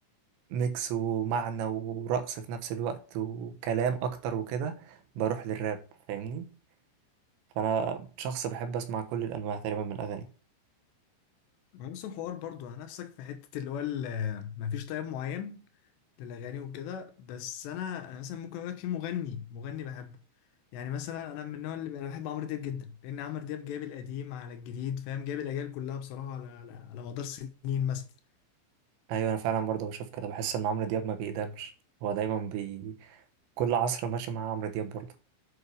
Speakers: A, on the right; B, on the left.
A: ميكس ومعنى ورقص في نفس الوقت وكلام اكتر وكده بروح للراب فاهمني فانا شخص بحب اسمع كل الانواع تقريبا من الاغاني
B: ما نفس الحوار برضو انا نفسك في حته اللي هو ال- ما فيش طيب معين للاغاني وكده بس انا انا مثلا ممكن اقول لك في مغني مغني بحبه يعني مثلا انا من النوع اللي انا بحب عمرو دياب جدا لان عمرو دياب جايب القديم على الجديد فاهم جايب الاجيال كلها بصراحه على على, على مدار سنين مثلا
A: ايوه انا فعلا برضه بشوف كده بحس ان عمرو دياب ما بيقدمش هو دايما كل عصر ماشي معاه عمرو دياب برضه